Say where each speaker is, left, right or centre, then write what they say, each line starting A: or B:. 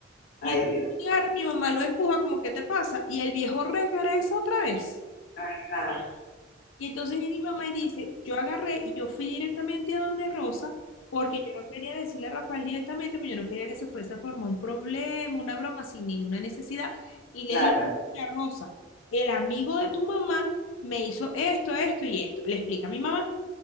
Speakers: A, on the left; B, on the left.
A: Ay,
B: Y entonces
A: Dios.
B: viene y agarra, mi mamá lo empuja como, ¿qué te pasa? Y el viejo regresa otra vez.
A: Ajá.
B: Y entonces viene mi mamá y dice, yo agarré y yo fui directamente a donde Rosa, porque yo no quería decirle a Rafael directamente, porque yo no quería que se fuese a formar un problema, una broma sin ninguna necesidad. Y le
A: Claro.
B: dije, mira, Rosa, el amigo de tu mamá me hizo esto, esto y esto. Le explica a mi mamá.